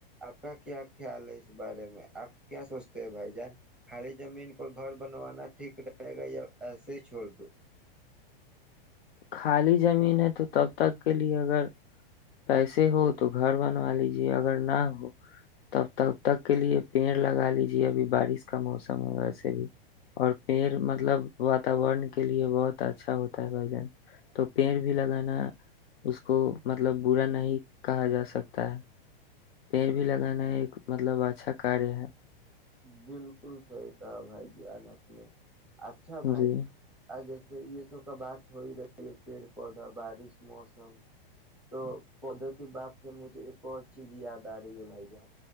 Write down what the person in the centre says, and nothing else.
آپ کا کیا خیال ہے اس بارے میں آپ کیا سوچتے ہیں بھائی جان خالی زمین پر گھر بنوانا ٹھیک رہے گا یا ایسے چھوڑ دو
بالکل صحیح کہا بھائی جان اپ نے اچھا بھائی
اج یہ سب کا بات ہو رہی ہے پیڑ پودا بارش موسم تو پودے کے بات سے مجھے ایک اور چیز یاد آہی ہے بھائی جان